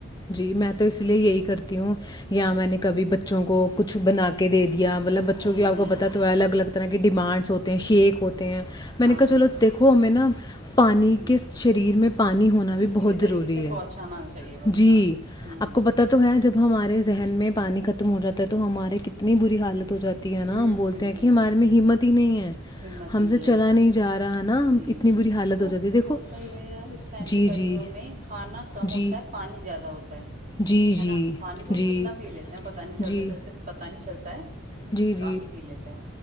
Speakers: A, on the left; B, on the right.
A: جی میں تو اسی لیے یہی کرتی ہوں یہاں میں نے کبھی بچوں کو کچھ بنا کے دے دیا مطلب بچوں
B: ہوں
A: کی اپ
B: ہوں
A: کو پتہ ہے تو الگ لگتا ہے کہ ڈیمانڈز ہوتے ہیں شیک ہوتے ہیں
B: ہاں
A: میں نے کہا چلو
B: جی
A: دیکھو نام پانی کس
B: ہ
A: شریر میں پانی ہونا
B: کسی
A: بھی بہت
B: طریقے
A: ضروری
B: سے پہنچانا
A: ہے
B: چاہیے بس
A: جی
B: ہاں ہوں
A: اپ
B: ہوں
A: کو پتہ تو ہے جب ہمارے ذہن میں پانی ختم ہو جاتا ہے تو ہمارے کتنی بری حالت ہو جاتی ہے
B: ہوں
A: نا ہم بولتے
B: ہوں
A: ہیں کہ ہمارے
B: وہی
A: میں ہمت ہی نہیں ہے
B: ہمت
A: ہم
B: ہی
A: سے چلا
B: ہے
A: نہیں جا رہا نا
B: جی
A: اتنی بری حالت
B: تو
A: ہو جاتی ہے دیکھو
B: ہوتا ہی ہے یار اس ٹائم
A: جی
B: کے گرمیوں
A: جی
B: میں کھانا کم
A: جی
B: ہوتا ہے پانی زیادہ ہوتا
A: جی
B: ہے
A: جی
B: نا پانی
A: جی
B: تو ہم کتنا پی لیتے ہیں پتا نہیں چلتے
A: جی
B: پھرتے پتا نہیں چلتا پ
A: جی جی
B: کافی پی لیتے ہیں